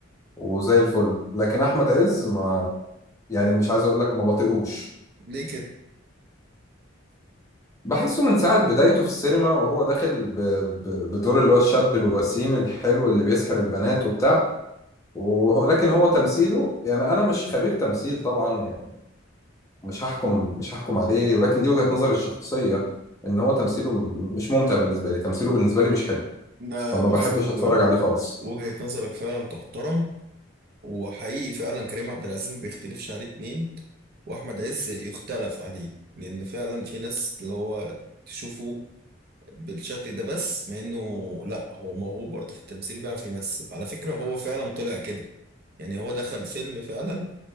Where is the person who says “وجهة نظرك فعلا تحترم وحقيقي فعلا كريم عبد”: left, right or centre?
Right